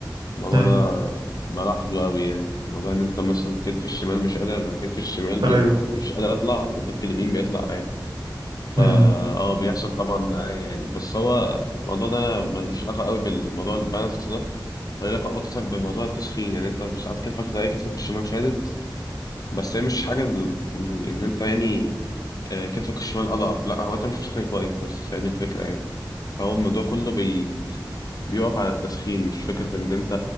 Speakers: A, on the left; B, on the right.
A: الموضوع
B: امم
A: ده بلاحظه قوي يعني موضوع ان انت مثلا كتفي الشمال مش قادر كتفي الشمال بي...
B: ايوه
A: مش قادر اطلع وكتفي اليمين بيطلع عادي فا
B: امم
A: اه بيحصل طبعا معايا يعني بس هو الموضوع ده ملوش علاقه قوي بالموضوع البالانس ده له علاقه اكتر بموضوع التسخين يعني انت ساعات كتفك تلاقي كتفك الشمال شادد بس هي مش حاجة ال- ان ان انت يعني آه، كتفك الشمال اضعف لا هو انت مش بتسخن كويس بس هي دي الفكرة يعني فهو الموضوع كله بي... بيقف على التسخين مش فكرة ان انت